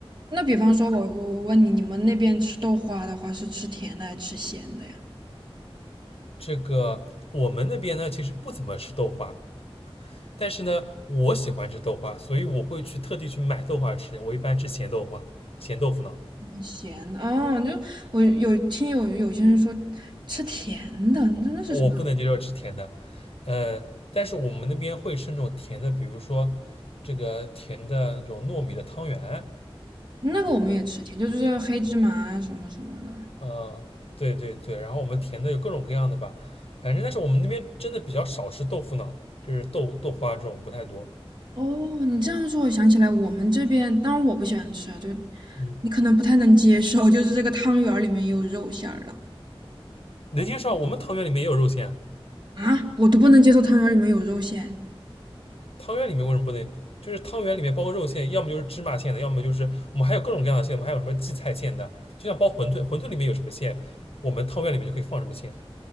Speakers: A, on the right; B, on the left.
A: 那比方说我我我问你，你们那边吃豆花的话，是吃甜的还是吃咸的呀？
B: 这个我们那边呢，其实不怎么吃豆花，但是呢，我喜欢吃豆花，所以我会去特地去买豆花吃。我一般吃咸豆花、咸豆腐脑，
A: 咸的哦，就我有听有有些人说吃甜的，你说那是什么？
B: 我不能接受吃甜的。呃，但是我们那边会吃那种甜的，比如说这个甜的那种糯米的汤圆，
A: 那个我们也吃甜，就就是黑芝麻啊什么什么的。
B: 嗯，对对对，然后我们甜的有各种各样的吧，反正但是我们那边真的比较少吃豆腐脑，就是豆豆花这种不太多。
A: 哦，你这样说，我想起来，我们这边，当然我不喜欢吃啊，就
B: 嗯，
A: 你可能不太能接受，就是这个汤圆儿里面也有肉馅儿的
B: 能接受啊。我们汤圆里面也有肉馅，
A: 啊，我都不能接受汤圆儿里面有肉馅
B: 汤圆里面为什么不能？就是汤圆里面包个肉馅，要么就是芝麻馅的，要么就是我们还有各种各样的馅，我们还有什么荠菜馅的，就像包馄饨，馄饨里面有什么馅，我们汤圆里面就可以放什么馅